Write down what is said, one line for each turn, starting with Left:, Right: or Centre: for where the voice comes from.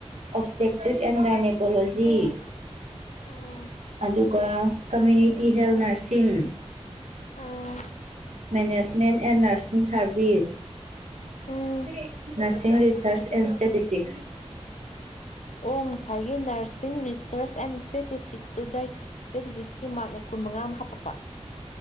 Right: ꯑꯣꯞꯇꯦꯛꯇꯤꯞ ꯑꯦꯟ ꯒꯥꯏꯅꯦꯀꯣꯂꯣꯖꯤ꯫
Left: ꯎꯝ
Right: ꯑꯗꯨꯒ community health nursing
Left: um
Right: management and nursing service
Left: um
Right: nursing research and statistics
Left: ꯑꯣ ꯉꯁꯥꯏꯒꯤ ꯅꯔꯁꯤꯡ ꯔꯤꯁꯔꯁ ꯑꯦꯟ ꯏꯁꯇꯦꯇꯤꯁꯇꯤꯛꯁꯇꯨꯗ ꯏꯁꯇꯦꯇꯇꯤꯛꯁꯀꯤ ꯃꯥꯔꯛ ꯀꯨꯟ ꯃꯉꯥ ꯑꯃ ꯍꯥꯞꯄꯛꯄ